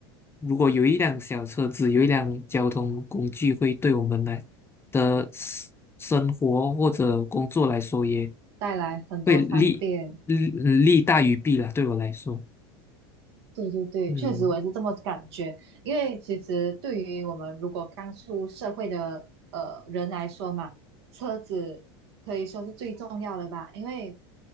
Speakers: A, on the left (about 20°); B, on the right (about 75°).
A: 如果有一辆小车子，有一辆交通工具，会对我们来的生生活或者工作来说，也
B: 带来很多方便。
A: 会利利嗯利大于弊啦。对我来说，
B: 对对对，
A: 嗯。
B: 确实我也是这么感觉。因为其实对于我们如果刚出社会的呃人来说嘛，车子可以说是最重要的吧。因为